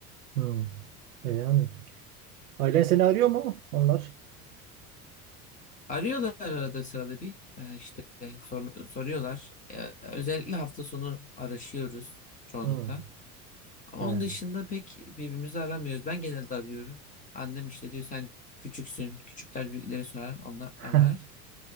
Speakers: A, on the right; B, on the left.
A: Hı. E yani ailen seni arıyor mu onlar?
B: Arıyorlar arada sırada bir e, işte sor- soruyorlar. E, özellikle hafta sonu araşıyoruz çoğunlukla.
A: Hı.
B: Ama
A: Evet.
B: onun dışında pek birbirimizi aramıyoruz. Ben genelde arıyorum. Annem işte diyor sen küçüksün. Küçükler büyükleri sorar. Onlar
A: <laughs>
B: arar.